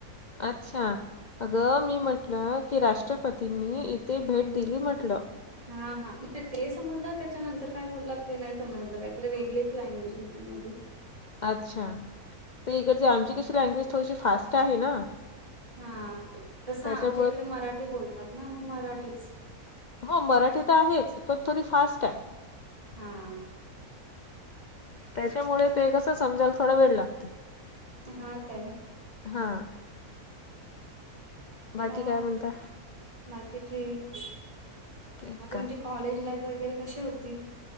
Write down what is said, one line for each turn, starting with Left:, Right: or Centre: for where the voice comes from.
Left: अच्छा अगं मी म्हटलं की राष्ट्रपतींनी इथे भेट दिली म्हटलं.
Right: हा हा नाही ते समजलं त्याच्या नंतर काय बोललात ते नाही समजलं काहीतरी वेगळीच लँग्वेज मध्येध्ये
Left: अच्छा तर इकडची आमची कशी लँग्वेज थोडीशी फास्ट आहे ना.
Right: हा तसं
Left: त्याच्यामुळे
Right: आमच्या इकडे मराठी बोलतात ना मग मराठीच
Left: हो मराठी तर आहेच पण थोडी फास्ट आहे.
Right: हां.
Left: त्याच्यामुळे ते कसं समजायला थोडा वेळ लागते.
Right: हा काय
Left: हा.
Right: मग
Left: बाकी काय म्हणता
Right: बाकी ठीक
Left: ठीक
Right: मग तुमची
Left: का
Right: कॉलेज लाईफ वगैरे कशी होती.